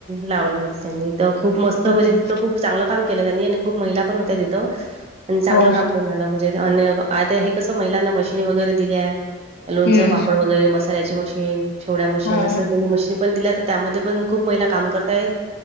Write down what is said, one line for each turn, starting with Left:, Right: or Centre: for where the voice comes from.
Right: लावली होती त्यांनी तर खूप मस्त
Left: हम्म
Right: म्हणजे तिथं खूप चांगलं काम केलं त्यांनी आणि खूप महिला पण होत्या तिथं आणि चांगलं
Left: हो.
Right: काम पण झालं म्ह. कस मलांना मशीनी वगैरे दिल्या लोणच
Left: हम्म.
Right: पापड वगैरे म. ची मशीन शेवड्या मशीन
Left: हा.
Right: अस त्यांनी मशीन पण दिल्या तर त्यामध्ये पण. खूप महिला काम करताय